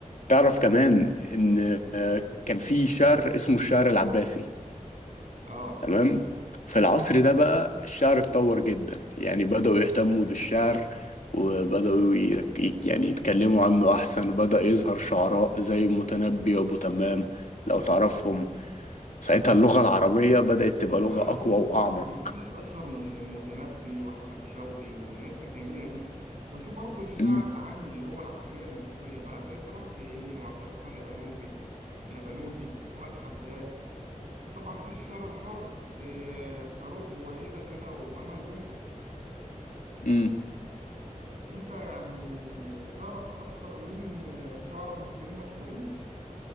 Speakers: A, on the left; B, on the right.
A: تعرف كمان إن آه، كان في شعر اسمه الشعر العباسي
B: اه
A: تمام في العصر ده بقى الشعر اتطور جدا يعني بدأوا يهتموا بالشعر وبدأوا يرك- يك- يعني يتكلموا عنه أحسن وبدأ يظهر شعراء زي المتنبي وأبو تمام لو تعرفهم ساعتها اللغة العربية بدأت تبقى
B: اكيد
A: لغة
B: اكيد
A: أقوى وأعمق
B: بص مفيش اشهر من المتنبي واحمد شوقي والناس الجميله دي وفي برضه الشعر
A: امم
B: العامي اللي هو العاميه المصريه بقى زي صلاح جاهين وعبد الرحمن الابنوبي الابنودي وفؤاد حداد وطبعا في الشعر الحر زي آه، فاروق جويده كده وامل دنجل
A: امم
B: انت يعني تعرف اكتر مين آه، شعراء مصريين مشهورين